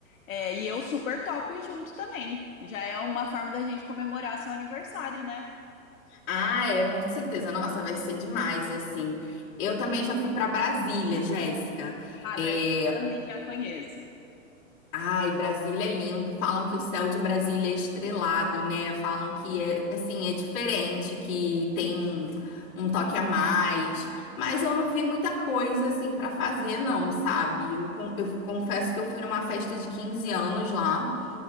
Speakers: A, on the left (about 70°); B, on the left (about 40°).
A: é, e eu super topo ir junto também. Já é uma forma da gente comemorar o seu aniversário, né?
B: Ah, é, com certeza. Nossa, vai ser demais, assim. Eu também já fui para Brasília, Jéssica.
A: Ah,
B: É,
A: Brasil também já conheço.
B: Ai, Brasília é lindo. Falam que o céu de Brasília é estrelado, né? Falam que é assim, é diferente, que tem um, um toque a mais. Mas eu não vi muita coisa assim pra fazer, não, sabe? Eu, con- eu confesso que eu fui numa festa de 15 anos lá